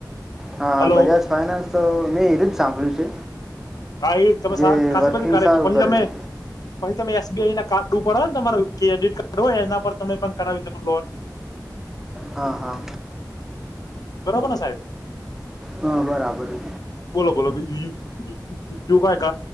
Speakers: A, in the centre; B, on the left.
A: હાહા
B: હલો
A: બજાજ ફાઈનાન્સ તો મેં એ જ સાંભળ્યું છે
B: ભાઈ તમે <unintelligible>
A: જે
B: કા
A: વર્કિંગ
B: બી કાર
A: સારું
B: પછી
A: કરે
B: તમે
A: છે
B: તમે એસ. બી. આઈના કાર્ડ ઉપર હો ને તમારો ક્રેડિટ કાર્ડ હોય એના પર તમે પણ કરાવી શકો લોન <unintelligible>
A: હા હા
B: બરોબરને સાહેબ
A: હા બરાબર છે
B: બોલો બોલો <unintelligible> ક